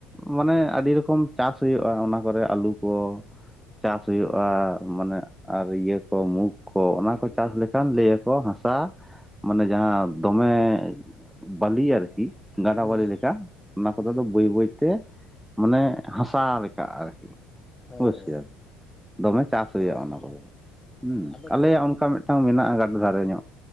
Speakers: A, in the centre; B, on the left.
A: ᱢᱟᱱᱮ ᱟᱹᱰᱤ ᱨᱚᱠᱚᱢ ᱪᱟᱥ ᱦᱩᱭᱩᱜᱼᱟ ᱚᱱᱟ ᱠᱚᱨᱮ ᱟᱹᱞᱩ ᱠᱚ ᱪᱟᱥ ᱦᱩᱭᱩᱜᱼᱟ ᱢᱟᱱᱮ ᱟᱨ ᱤᱭᱟᱹ ᱠᱚ ᱢᱩᱠ ᱠᱚ ᱚᱱᱟ ᱠᱚ ᱪᱟᱥ ᱞᱮᱠᱷᱟᱱ ᱞᱟᱹ ᱟᱠᱚ ᱦᱟᱥᱟ ᱢᱟᱱᱮ ᱡᱟᱦᱟᱸ ᱫᱚᱢᱮ ᱵᱟᱹᱞᱤ ᱟᱨᱠᱤ ᱜᱟᱰᱟ
B: ᱦᱮᱸ
A: ᱵᱟᱞᱤ ᱞᱮᱠᱟ ᱚᱱᱟ ᱠᱚᱫᱚ
B: ᱦᱮᱸ
A: ᱫᱚ ᱵᱟᱹᱭ ᱵᱟᱹᱭᱛᱮ ᱢᱟᱱᱮ ᱦᱟᱥᱟ ᱞᱮᱠᱟ ᱟᱨᱠᱤ
B: ᱦᱳᱭ
A: <unintelligible> ᱫᱚᱢᱮ ᱪᱟᱥ ᱦᱩᱭᱩᱜᱼᱟ
B: ᱦᱳᱭ
A: ᱚᱱᱟ ᱠᱚᱫᱚ ᱦᱸ
B: ᱟᱫᱚ
A: ᱟᱞᱮᱭᱟᱜ ᱚᱱᱠᱟ ᱢᱤᱫᱴᱟᱝ ᱢᱮᱱᱟᱜᱼᱟ ᱜᱟᱰ ᱫᱷᱟᱨᱮ ᱧᱚᱜ